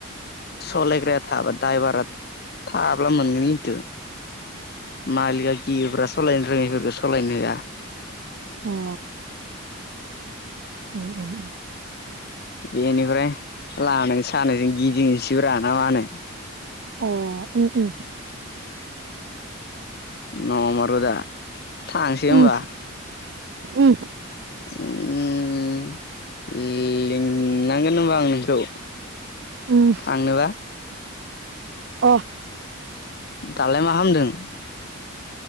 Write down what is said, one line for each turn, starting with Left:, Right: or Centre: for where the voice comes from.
Left: सालायग्रा थाबा द्राइभारा थाब्ला मोनगोन खिन्थु मालिक गियोब्रा सालायनो रोङैफोरखौ सालायनो होया।
Right: अ उम उम उम
Left: बेनिफ्राय लानाय सानायजों गिदिंनैसैब्रा ना मा होनो
Right: अ उम उम
Left: नमारोदा थांआसै
Right: उम
Left: होनबा।
Right: उम
Left: उम लिंलांगोन होमबा आं नोंखौ
Right: उम
Left: थांनोबा
Right: अ
Left: दालाय मा खालामदों?